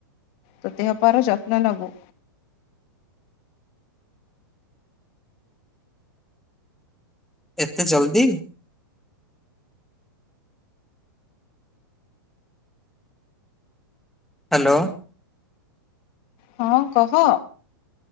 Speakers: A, on the left; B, in the centre.
A: ତ ଦେହପାର ଯତ୍ନ ନବୁ।
B: ଏତେ ଜଲଦି ହ୍ୟାଲୋ।
A: ହଁ କହ।